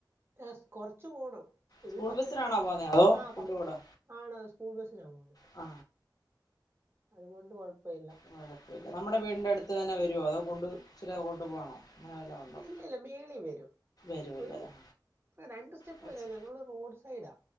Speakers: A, on the right; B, on the left.
A: എഹ് സ് കൊറച്ച് പോണം ഒരു
B: സ്കൂൾ
A: പത്ത്
B: ബസ്സിനാണോ പോന്നേ അതോ
A: ആഹ്
B: കൊണ്ട്
A: പ
B: വിടോ
A: ആണ് സ്കൂൾ ബസ്സിനാ പോ. <unintelligible>
B: ആ.
A: അതുകൊണ്ട് കൊഴപ്പ ഇല്ല.
B: <unintelligible> നമ്മുടെ വീടിന്റെ അടുത്ത് തന്നെ വരൊ. അതോ കൊണ്ടു ചിരി അങ്ങോട്ട് പോണോ? അങ്ങനെ വല്ലോം ഉണ്ടോ
A: ഇല്ല ഇല്ല മേളി വരും
B: വരുവല്ലേ
A: ഒരു.
B: ആ
A: രണ്ട് സ്റ്റെപ്പ്
B: കുറച്ച്
A: വരേ. ഞങ്ങള് റോഡ് സൈഡാ.